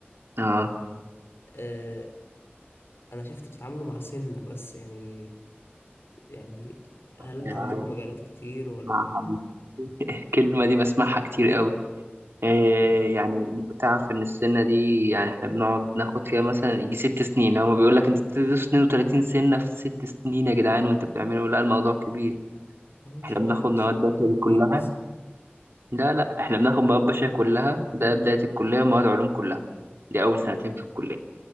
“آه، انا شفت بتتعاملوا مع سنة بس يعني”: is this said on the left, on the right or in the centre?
Left